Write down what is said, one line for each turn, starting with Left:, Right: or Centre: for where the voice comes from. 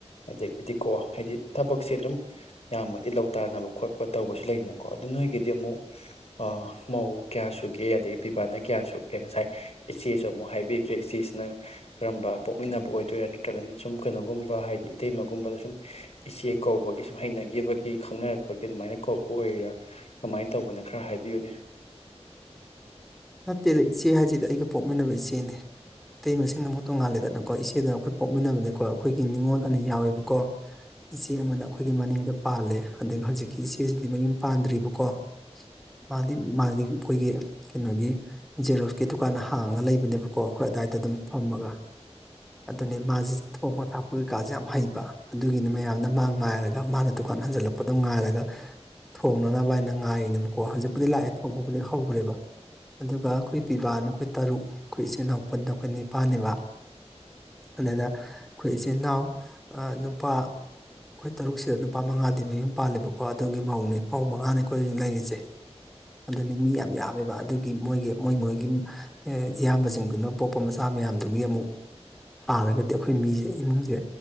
Left: ꯑꯗꯥꯒꯤꯗꯤꯀꯣ ꯍꯥꯏꯗꯤ ꯊꯥꯕꯛꯁꯦ ꯑꯗꯨꯝ ꯌꯥꯝꯃꯗꯤ ꯂꯧ ꯇꯥꯟꯅꯕ ꯈꯣꯠꯄ ꯇꯧꯕꯁꯨ ꯂꯩꯗꯅꯀꯣ ꯑꯗꯨ ꯅꯣꯏꯒꯤꯗꯤ ꯑꯃꯨꯛ ꯑꯥ ꯃꯧ ꯀꯌꯥ ꯁꯨꯒꯦ ꯑꯗꯒꯤ ꯄꯤꯕꯥꯅ ꯀꯌꯥ ꯁꯨꯒꯦ ꯉꯁꯥꯏ ꯏꯆꯦꯁꯨ ꯑꯃꯨꯛ ꯍꯥꯏꯕꯤ ꯏꯆ‌ꯦꯁꯤꯅ ꯀꯔꯝꯕ ꯄꯣꯛꯃꯤꯟꯅꯕ ꯑꯣꯏꯗꯣꯏꯔ ꯅꯠꯇ꯭ꯔꯒꯅ ꯁꯨꯝ ꯀꯩꯅꯣꯒꯨꯝꯕ ꯍꯥꯏꯕꯗꯤ ꯏꯇꯩꯃꯒꯨꯝꯕ ꯁꯨꯝ ꯏꯆꯦ ꯀꯧꯕꯒꯤ ꯁꯨꯝ ꯍꯩꯅꯈꯤꯕꯒꯤ ꯈꯪꯅꯔꯛꯄꯒꯤ ꯑꯗꯨꯃꯥꯏꯅ ꯀꯧꯕ ꯑꯣꯏꯔ ꯀꯃꯥꯏꯟ ꯇꯧꯕꯅꫭ ꯈꯔ ꯍꯥꯏꯕꯤꯌꯨꯅꯦ
Centre: ꯅꯠꯇꯦꯗ ꯏꯆꯦ ꯍꯥꯏꯁꯤꯗꯤ ꯑꯩꯒ ꯄꯣꯛꯃꯤꯟꯅꯕ ꯏꯆꯦꯅꯤ ꯏꯇꯩꯃꯁꯤꯅ ꯑꯃꯨꯛ ꯇꯣꯡꯉꯥꯜꯂꯦꯗꯅꯀꯣ ꯏꯆꯦꯗꯅ ꯑꯩꯈꯣꯏ ꯄꯣꯛꯃꯤꯟꯅꯕꯅꯦꯀꯣ ꯑꯩꯈꯣꯏꯒꯤ ꯅꯤꯡꯉꯣꯜ ꯑꯅꯤ ꯌꯥꯎꯋꯦꯕꯀꯣ ꯏꯆꯦ ꯑꯃꯥꯅ ꯑꯩꯈꯣꯏꯒꯤ ꯃꯅꯤꯡꯗ ꯄꯥꯜꯂꯦ ꯑꯗꯩ ꯍꯧꯖꯤꯛꯀꯤ ꯏꯆꯦꯁꯤꯗꯤ ꯃꯌꯨꯝ ꯄꯥꯟꯗ꯭ꯔꯤꯕꯀꯣ ꯃꯥꯗꯤ ꯃꯥꯗꯤ ꯑꯩꯈꯣꯏꯒꯤ ꯀꯩꯅꯣꯒꯤ ꯖꯦꯔꯣꯁꯀꯤ ꯗꯨꯀꯥꯟ ꯍꯥꯡꯉꯒ ꯂꯩꯕꯅꯦꯕꯀꯣ ꯑꯩꯈꯣꯏ ꯑꯗꯥꯏꯗ ꯑꯗꯨꯝ ꯐꯝꯃꯒ ꯑꯗꯨꯅꯦ ꯃꯥꯁꯦ ꯊꯣꯡꯕ ꯊꯥꯛꯄ ꯀꯩꯀꯥꯁꯦ ꯌꯥꯝ ꯍꯩꯕ ꯑꯗꯨꯒꯤꯅꯤ ꯃꯌꯥꯝꯅ ꯃꯥ ꯉꯥꯏꯔꯒ ꯃꯥꯅ ꯗꯨꯀꯥꯟ ꯍꯟꯖꯤꯜꯂꯛꯄꯗꯣ ꯉꯥꯏꯔꯒ ꯊꯣꯡꯅꯅꯕ ꯉꯥꯏꫪꯤꯅꯦꯕꯀꯣ ꯍꯧꯖꯤꯛꯄꯨꯗꯤ ꯂꯥꯛꯑꯦ ꯊꯣꯡꯕꯕꯨꯗꯤ ꯍꯧꯈ꯭ꯔꯦꯕ ꯑꯗꯨꯒ ꯑꯩꯈꯣꯏ ꯄꯤꯕꯥꯅ ꯑꯩꯈꯣꯏ ꯇꯔꯨꯛ ꯑꯩꯈꯣꯏ ꯏꯆꯤꯜ ꯏꯅꯥꯎ ꯄꯨꯟꯅ ꯑꯩꯈꯣꯏ ꯅꯤꯄꯥꯜꯅꯦꯕ ꯑꯗꯨꯅꯦꯗ ꯑꯩꯈꯣꯏ ꯏꯆꯤꯟ ꯏꯅꯥꯎ ꯑꯥ ꯅꯨꯄꯥ ꯑꯩꯈꯣꯏ ꯇꯔꯨꯛꯁꯤꯗ ꯅꯨꯄꯥ ꯃꯉꯥꯗꯤ ꯃꯌꯨꯝ ꯄꯥꯜꯂꯤꯕꯀꯣ ꯑꯗꯨꯒꯤ ꯃꯧꯅꯤ ꯃꯧ ꯃꯉꯥꯅꯤ ꯑꯩꯈꯣꯏ ꯍꯧꯖꯤꯛ ꯂꯩꯔꯤꯁꯦ ꯑꯗꯨꯅꯤ ꯃꯤ ꯌꯥꯝ ꯌꯥꯝꯃꯦꯕ ꯑꯗꯨꯏ ꯃꯣꯏꯒꯤ ꯃꯣꯏ ꯃꯣꯏꯒꯤ ꯑꯥ ꯏꯌꯥꯝꯕꯁꯤꯡꯗꯨꯅ ꯄꯣꯛꯄ ꯃꯆꯥ ꯃꯌꯥꯝꯗꯨꯒꯤ ꯑꯃꯨꯛ ꯄꯥꯔꯒꯗꯤ ꯑꯩꯈꯣꯏ ꯃꯤ ꯏꯃꯨꯡꯁꯦ